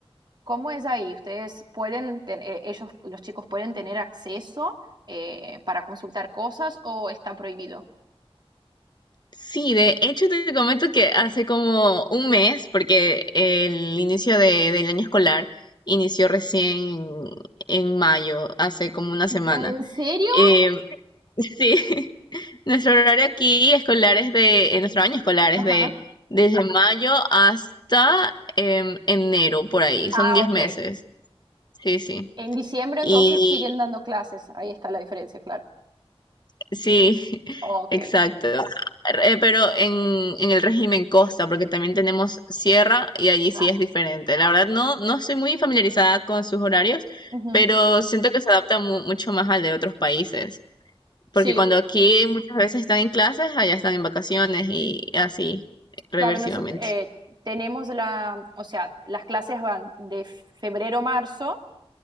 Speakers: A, on the right (about 45°); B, on the left (about 45°).
A: ¿Cómo es ahí? ¿Ustedes pueden, ten- eh, ellos, los chicos pueden tener acceso eh, para consultar cosas o está prohibido?
B: Sí, de hecho te comento que hace como un mes, porque eh, el inicio de- del año escolar inició recién en, en mayo, hace como una semana.
A: ¿En serio?
B: eh, Sí, <laughs> nuestro horario aquí escolar es de, eh, nuestro año escolar
A: Ajá.
B: es de desde mayo hasta em, enero, por ahí,
A: Ah,
B: son 10
A: ok.
B: meses, sí, sí.
A: En diciembre
B: Y
A: entonces siguen dando clases, ahí está la diferencia, claro.
B: sí, <laughs>
A: Ok,
B: exacto. Eh, pero en, en el régimen costa, porque también tenemos sierra y allí
A: Claro.
B: sí es diferente. La verdad no, no estoy muy familiarizada con sus horarios,
A: ujú.
B: pero siento que se adapta mu- mucho más al de otros países.
A: Sí,
B: Porque cuando aquí muchas veces están en clases, allá están en vacaciones y así reversivamente.
A: claro, nosotros tenemos la, o sea, las clases van de febrero a marzo